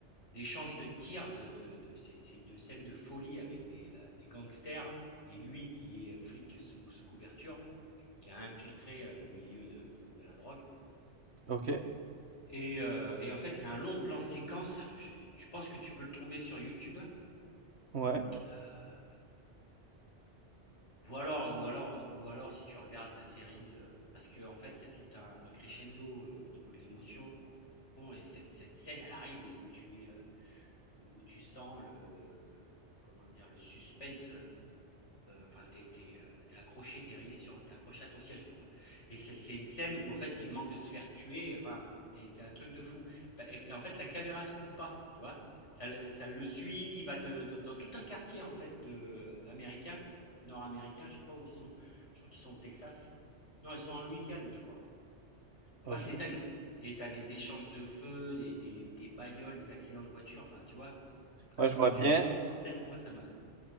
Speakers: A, on the left; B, on the right.
A: d'échanges de tirs, de, de, de, c'est- c'est de scènes de folie avec des, euh, des gangsters, et lui qui est flic sous, sous couverture, qui a infiltré euh, le milieu de, de de la drogue.
B: ok,
A: Et, euh, et en fait, c'est un long plan séquence. Je, je pense que tu peux le trouver sur YouTube.
B: ouais,
A: Euh, ou alors, ou alors, ou alors, si tu regardes la série, euh, parce qu'en fait, il y a tout un, un crescendo euh, au niveau de l'émotion. Et cette, cette scène, elle arrive où, où tu es, euh, où tu sens le, le- le- comment dire, le suspense euh, euh, enfin, t'es t'es, euh, t'es accroché, t'es arrivé sur, t'es accroché à ton siège, quoi. Et c'est c'est une scène où en fait il manque de se faire tuer. Enfin, c'est c'est un truc de fou. Et, et en fait la caméra se coupe pas, tu vois. Ça, ça le suit. Il va de, dans, dans tout un quartier en fait de américain, nord-américain. Je sais pas où ils sont. Je crois qu'ils sont au Texas. Non, ils sont en Louisiane, je crois. Enfin,
B: ok.
A: c'est dingue. Et t'as des échanges de feu, des, des, des bagnoles, des accidents de voiture. Enfin, tu vois. Quand,
B: Ouais, je vois
A: quand tu
B: bien.
A: me dis mise en scène, moi ça m'a.